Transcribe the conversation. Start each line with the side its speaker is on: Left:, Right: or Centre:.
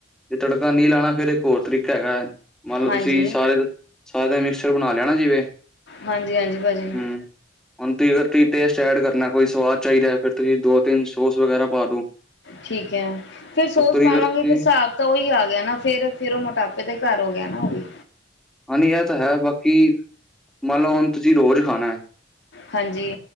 Centre: ਜੇ ਤੜਕਾ ਨਹੀਂ ਲਾਣਾ ਫਿਰ ਇੱਕ ਹੋਰ ਤਰੀਕਾ ਹੈਗਾ ਹੈ ਮੰਨ ਲਓ
Left: ਹਾਂਜੀ
Centre: ਤੁਸੀਂ ਸਾਰੇ ਸਾਰਾ ਦਾ ਮਿਕਸਰ ਬਣਾ ਲੈਣਾ ਜਿਵੇਂ।
Left: ਹਾਂਜੀ-ਹਾਂਜੀ ਭਾਜੀ।
Centre: ਹੂੰ। ਹੁਣ ਤੁਸੀ ਅਗਰ ਤੁਸੀਂ ਟੇਸਟ ਐਡ ਕਰਨਾ। ਕੋਈ ਸਵਾਦ ਚਾਹੀਦਾ ਫਿਰ ਤੁਸੀਂ ਦੋ ਤਿੰਨ ਸੋਸ ਵਗੈਰਾ ਪਾ ਦੋ।
Left: ਠੀਕ ਏ। ਫਿਰ ਸੋਸ
Centre: ਉੱਤੋਂ
Left: ਪਾਵਾਂਗੇ
Centre: ਦੀ ਅਗਰ ਤੁਸੀਂ
Left: ਫਿਰ ਸਾਬ ਤਾਂ ਉਹੀ ਆ ਗਿਆ ਨਾ ਫਿਰ ਫਿਰ ਉਹ ਮੋਟਾਪੇ ਦੇ ਘਰ ਹੋ ਗਿਆ ਨਾ ਉਹ ਵੀ।
Centre: ਹਾਂਜੀ ਇਹ ਤਾਂ ਏ ਬਾਕੀ, ਮੰਨ ਲਓ ਹੁਣ ਤੁਸੀਂ ਰੋਜ਼ ਖਾਣਾ।
Left: ਹਾਂਜੀ।